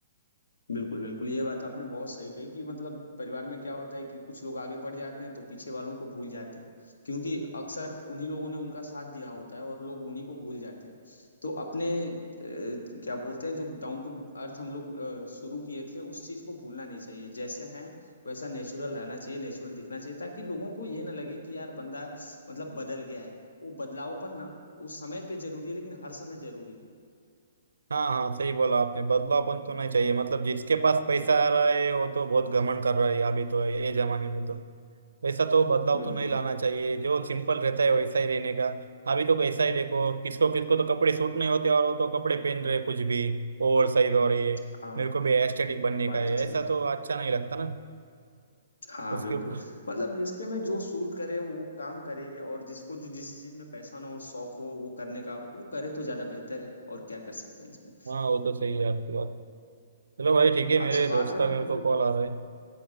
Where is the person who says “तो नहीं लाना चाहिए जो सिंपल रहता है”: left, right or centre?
Right